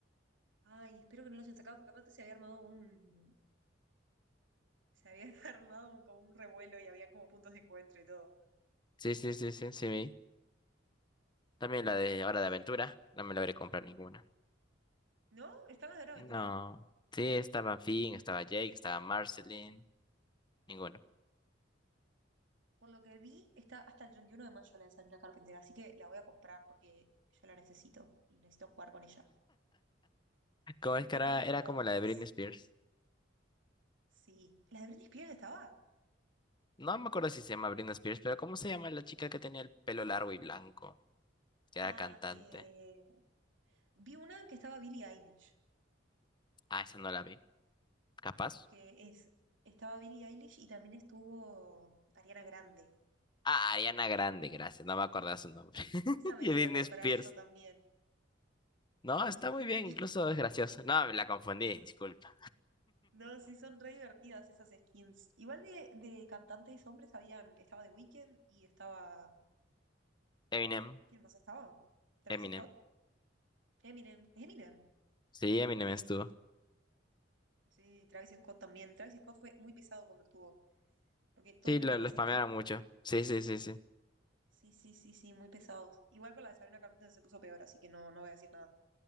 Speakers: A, on the right (about 75°); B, on the left (about 25°).
A: Ay, espero que no los hayan sacado porque aparte se había armado un, se había <laughs> armado un, como un revuelo y habían como puntos de encuentro y todo.
B: Sí, sí, sí, sí, sí. vi. También la
A: Muy
B: de
A: divertido.
B: Hora de Aventura, no me logré comprar ninguna.
A: ¿No? ¿Están las de Hora de
B: No.
A: Aventura?
B: Sí, estaba Finn, estaba Jake, estaba Marceline, ninguno.
A: Por lo que vi, está hasta el 31 de mayo la de Sabrina Carpenter, así que la voy a comprar porque yo la necesito y necesito jugar con ella.
B: ¿Cómo
A: Tendría
B: es que era,
A: que haberme
B: era
A: comprado
B: como
A: otras.
B: la de Britney Spears?
A: Sí. ¿La de Britney Spears estaba?
B: No me acuerdo si se llama Britney Spears, pero ¿cómo se llama la chica que tenía el pelo largo y blanco? Que era
A: Ah,
B: cantante.
A: eh, vi una que estaba Billie Eilish,
B: Ah, esa no la vi. ¿Capaz?
A: que es, estaba Billie Eilish y también estuvo Ariana Grande.
B: Ah, Ariana Grande, gracias, no me acordaba su nombre. <laughs>
A: Esa me
B: Y
A: quería
B: Britney
A: comprar
B: Spears.
A: yo también.
B: No, está
A: Britney
B: muy bien,
A: Spears
B: incluso es gracioso. No, la confundí, disculpa.
A: No, sí son re divertidas esas skins. Igual de, de cantantes hombres habían, estaba The Weeknd y estaba,
B: Eminem,
A: ¿quién más estaba? Travis
B: Eminem.
A: Scott, Eminem, Eminem.
B: Sí, Eminem estuvo.
A: Sí, Travis Scott también. Travis Scott fue muy pesado cuando estuvo, porque todo
B: Sí,
A: el mundo
B: lo,
A: tenía
B: lo
A: esa
B: spamearon
A: skin.
B: mucho. Sí, sí, sí, sí.
A: Sí, sí, sí, sí, muy pesados. Igual con la de Sabrina Carpenter se puso peor, así que no, no voy a decir nada.